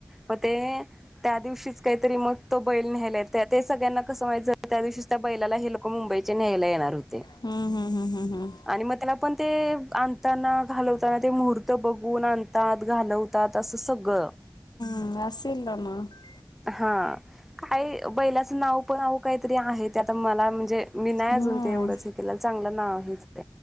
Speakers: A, in the centre; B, on the left (about 60°).
A: म ते त्या दिवशीच काहीतरी मग तो बैल नेलेय त्या ते सगळ्यांना कस माहित त्या दिवशीच त्या बैला हेल. मुंबईच्या न्यायला येणार होते.
B: हम्म हम हम् हम हम्.
A: आणि मग त्याला पण ते आण आनताना घालवताना ते मुहूर्त बघून आणतात घालवतात असं सगळं.
B: हं.
A: हा काय बैलाचं नाव पण अहो काहीतरी आहेत. ते आता मला म्हणजे मी नाही
B: हम्म
A: अजून ते एवढंच हे केलं चांगलं नाव हेच.